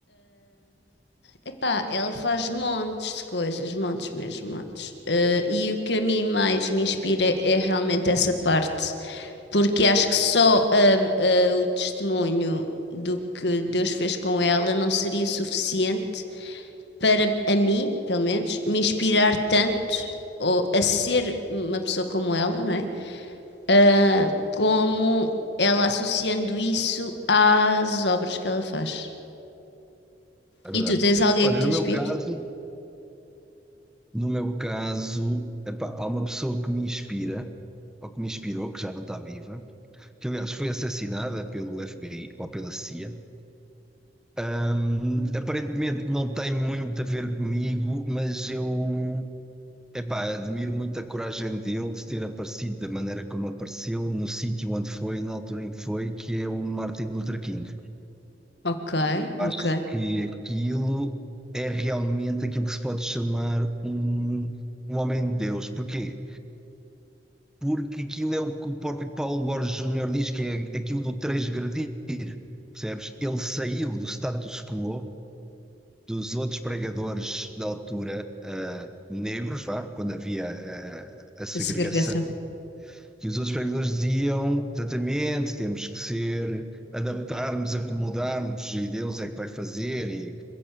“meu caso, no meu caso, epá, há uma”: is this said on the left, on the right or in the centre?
Centre